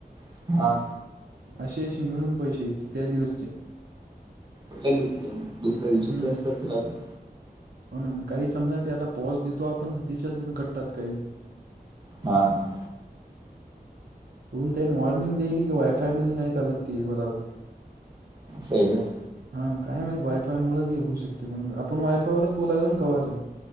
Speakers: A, on the right; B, on the right.
A: हा
B: असे अशी मिळून पैसे येते त्या दिवसचे.
A: त्या दिवशी दुसऱ्या दिवशीत
B: हम्म
A: जास्त असतील आपले.
B: हो न काही समजा ते आता पॉस देतो आपण तिच्यातून कटतात काही.
A: हा हा.
B: वरून त्यानी वॉर्निंग देली की वायफाय मध्ये नाही चालत ते बरबर.
A: असं हाय का?
B: हा काय माहीत वायफाय मुळ बी होऊ शकत पण आपण वायफायवरच बोलायला न कवाच्यान.